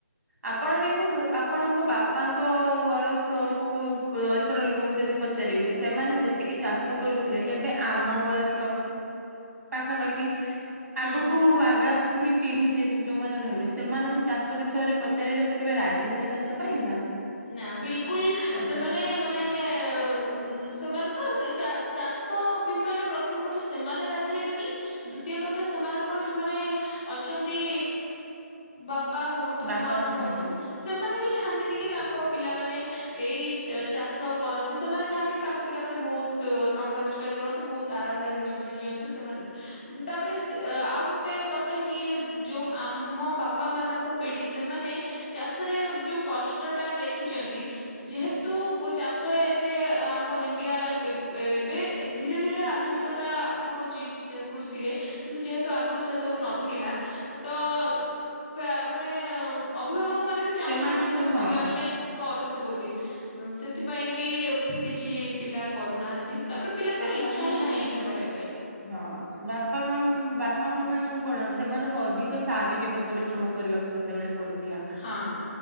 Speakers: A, on the right; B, on the left.
A: ଆପଣ ଦେ ଦେଖନ୍ତୁ ଆପଣଙ୍କ ବାପାଙ୍କ ବୟସକୁ ବୟସର ଲୋକଙ୍କୁ ଯଦି ପଚାରିବେ ସେ ଆମେ ମାନେ ଯେତିକି ଚାଷ କରୁଥିଲେ ଏବେ ଆମ ବୟସକୁ ପାଖାପାଖି ଆଗୁକୁ
B: ହୁଁ।
A: ଆଗା ମି ପିଢି ଯେତି ଯୋଉମାନେ ରହିବେ ସେମାନଙ୍କୁ ଚାଷ ବିଷୟରେ ପଚାରିଲେ ସେ କେବେ ରାଜି ହେବେ ଚାଷ ପାଇଁକା?
B: ନା ବିଲକୁଲ
A: କଥା
B: ସେମାନେ ମାନେ ଉ ସେମାନେ ତ ଚା ଚାଷ ବିଷୟରେ ପ୍ରଥମ କଥା ସେମାନେ ରାଜି ହେବେନି ଦୁତୀୟ କଥା ସ ସେମାନଙ୍କର ଯୋଉମାନେ ଅଛନ୍ତି ବାପ ପା ହୁଅନ୍ତୁ
A: ବାପା
B: ମା ହୁଅନ୍ତୁ
A: ହଁ
B: ସେମାନେ ବି ଚାହାନ୍ତିନି କି ତାଙ୍କ ପିଲାମାନେ ଏଇ ଚା ଚାଷ କରନ୍ତୁ ସେମାନେ ଚାହାନ୍ତିକି ତାଙ୍କ ପିଲାମାନେ ବହୁତ ଟଙ୍କା ରୋଜଗାର କରନ୍ତୁ ବହୁତ ଆରାମ ଆରାମଦାୟକ ଜୀବନ ଜିଅନ୍ତୁ ସେମାନେ ତାପରେ ସେ ଆଉ ଗୋଟେ କଥା କି ଯୋଉ ଆମ ବାପା ମାନଙ୍କ ପିଢି ସେମାନେ ଚାଷରେ ଯୋଉ କଷ୍ଟ ଟା ଦେଖ ଦେଖିଛନ୍ତି ଯେହେତୁ କ ଚାଷରେ ଏତେ ଆମ ଇଣ୍ଡିଆ ଏ ଏବେ ଏ ଏବେ ଧୀରେ ଧୀରେ ଆଧୁନିକତା ଆପଣାଉଛି ଯେ କୃଷିରେ କିନ୍ତୁ ଯେହେତୁ ଆଗରୁ ସେ ସବୁ ନଥିଲା। ତ ପେ ମାନେ ଅଭିଭାବକ ମାନେ ବି ଚାହୁଁନାହାନ୍ତି
A: ସେମାନଙ୍କୁ
B: କି ତାଙ୍କ
A: ହଁ
B: ପିଲାମାନେ କରନ୍ତୁ ବୋଲି ଏ ସେଥିପାଇଁ ବି କିଛି ପିଲା କରୁନାହାନ୍ତି। ତାପରେ ପିଲାଙ୍କର
A: ସେମାନଙ୍କ
B: ଇଚ୍ଛା ହିଁ ନାହିଁ ଏଇଟା କରିବା ପାଇଁ
A: ହଁ ବାପା ମାମ୍ ବା ପଙ୍କ ମାନଙ୍କୁ କଣ ସେମାନଙ୍କୁ ଅଧିକ ଶାରୀରିକ ପରିଶ୍ରମ କରିବାକୁ ସେତେବେଳେ ପଡୁଥିଲା
B: ହଁ।